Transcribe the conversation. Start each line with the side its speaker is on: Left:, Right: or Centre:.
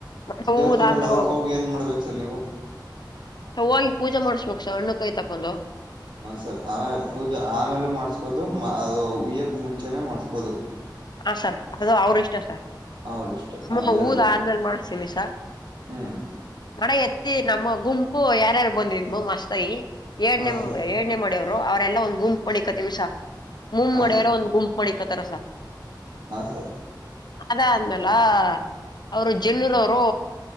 Left: ಮನೆಗ್ ಹೂಗುದ್
Right: ದೇವಸ್ಥಾನದಲ್ಲಿ
Left: ಆದ್ಮೇಲ್
Right: ಅವಾಗ
Left: ಹೋಗ್ಬೇಕು.
Right: ಹೋಗಿ ಏನ್ ಮಾಡ್ಬೇಕು ಸರ್ ನೀವು
Left: ಸ ಹೋಲ್ ಪೂಜೆ ಮಾಡ್ಸ್ಬೇಕು ಸ ಹಣ್ಣು ಕಾಯ್ ತಕೊಂಡು.
Right: ಹಾಂ ಸರ್ ಆಮೇಲೆ ಪೂಜೆ ಆಮೇಲೂ ಮಾಡಸ್ಬೋದು ಮ ಅ ಉಯ್ಯಕೂ ಮುಂಚೆನೇ ಮಾಡಸ್ಬೋದು.
Left: ಹಾಂ ಸರ್ ಅದು ಅವ್ರಿಷ್ಟ ಸರ್.
Right: ಅವ್ರ ಇಷ್ಟ ಹಾ
Left: ನಮ್ಮ
Right: ಹೇಳಿ
Left: ಊರ್
Right: ಸರ್
Left: ಆದ್ಮೇಲೆ ಮಾಡ್ಸ್ ತೀನಿ ಸರ್.
Right: ಹ್ಮ್
Left: ಮಡಯೆತ್ತಿ ನಮ್ಮ ಗುಂಪು ಯಾರ್ಯಾರ್ ಬಂದಿದ್ವು ಮಸ್ತಾಗಿ. ಏಡ್
Right: ಹಾ
Left: ನಿಮ್
Right: ಸರ್
Left: ಏಡ್ನೆ ಮಾಡಿಯವ್ರ್ ಬ್ರೋ ಅ ನಾವೆಲ್ಲಾ ಒಂದ್ ಗುಂಪ್ ಮಾಡಿಕತಿವ್ ಸರ್ ಮೂಮ್
Right: ಹಾ
Left: ಮಾಡವ್ರ ಒಂದ್ ಗುಂಪ್ ಮಾಡಿಕತ್ ತರ ಸರ್
Right: ಹಾಂ ಸರ್.
Left: ಅದ ಅಂದಲ್ಲ ಅವರು ಜೆನ್ನೂರವ್ರು